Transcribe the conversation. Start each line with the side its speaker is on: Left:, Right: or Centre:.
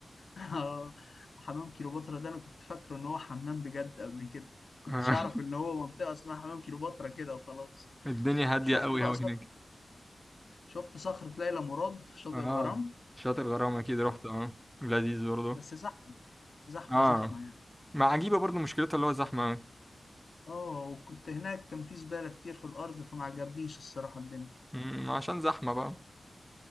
Left: اه حمام كيلوباترا ده انا كنت فاكره ان هو حمام بجد قبل كده كنتش
Centre: <laughs>
Left: اعرف ان هو منطقه اسمها حمام كيلوباترا كده وخلاص
Centre: الدنيا هاديه
Left: شفت
Centre: قوي
Left: بقى
Centre: قوي
Left: صخر
Centre: هناك
Left: شفت صخره ليلى مراد في شاطئ
Centre: اه
Left: الغرام
Centre: شاطئ الغرام اكيد رحت
Left: يعني
Centre: اه لذيذ برضه
Left: بس زحمه زحمه
Centre: اه
Left: زحمه يعني
Centre: مع عجيبه برضه مشكلتها اللي هو زحمه
Left: اه وكنت هناك كان في زباله كتير في الارض فما عجبنيش الصراحه الدنيا
Centre: مم، عشان زحمة بقى